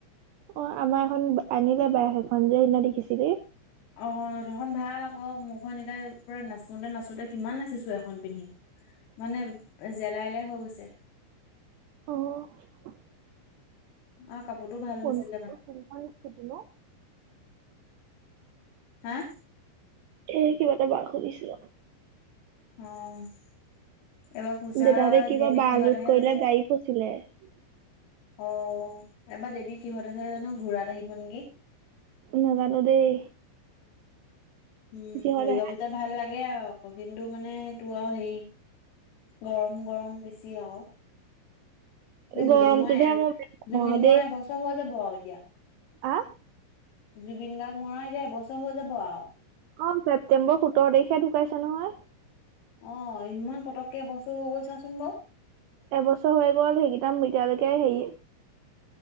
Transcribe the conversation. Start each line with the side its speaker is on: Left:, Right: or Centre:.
Right: অ' আমাৰ এখন আনিলে বাই হেইখন যে হিননা দেখিছিলি।
Left: অ' <unintelligible> খন ভাল আকৌ, মোখন এতিয়া পুৰা নাচোতে নাচোতে কিমান নাচিছো এখন পিন্ধি, মানে জেলাই লাই হৈ গৈছে।
Right: অ'।
Left: অ' কাপোৰটো ভাল
Right: কোন
Left: নাছিলে মানে।
Right: কোনখন স্কুটি নো
Left: আ।
Right: এ কিবা এটা বাক সুধিছিলোঁ।
Left: অ' এবা পূজাত
Right: দেউতাহঁতে কিবা
Left: দেৱী
Right: বা
Left: কিহঁত
Right: লোড
Left: আহে
Right: কৰিলে
Left: জানোঁ।
Right: গাড়ী ফচিলে
Left: অ' এবা দেৱী কিহঁত আহে জানোঁ, ঘোঁৰাত আহিব নেকি।
Right: নাজানো দেই।
Left: উ,
Right: কিহত
Left: হুৰ্গা
Right: আহে
Left: পূজাত ভাল লাগে আও কৌ কিন্তু মানে তো আও হেই গৰম গৰম বেছি আও। এ জুবিন
Right: গৰমটোতহে
Left: মৱা এম,
Right: মোৰ বেয়া
Left: জুবিন
Right: দেই
Left: মৱা এবছ হৈ যাব আও এতিয়া।
Right: আ
Left: জুবিন গাৰ্গ মৰা এতিয়া এবছ হৈ যাব আও।
Right: অ' ছেপ্তেম্ব সোতৰ তাৰিখে ঢুকাইছে নহয়।
Left: অ' ইমান পটককে এবছৰ হৈ গ'ল চাচোন বাও।
Right: এবছ হৈ গ'ল হেগিটাম এতিয়ালৈকে হেই